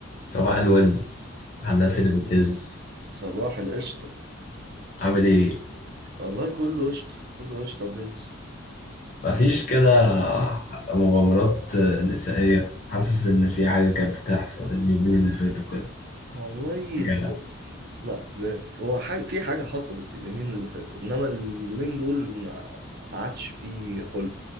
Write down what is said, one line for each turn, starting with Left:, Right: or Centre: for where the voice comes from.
Left: صباح الوز على الناس اللي بتهز
Right: صباح القشطة
Left: عامل ايه
Right: والله كله قشطة كله قشطة يا برنس
Left: مفيش كده مغامرات نسائية حاسس ان في حاجة كانت بتحصل اليومين اللي فاتوا كده
Right: والله
Left: حاجة-
Right: زهقت لا زهقت هو حاجة في حاجة حصلت اليومين اللي فاتوا إنما اليومين دول ما ما عادش فيه خلق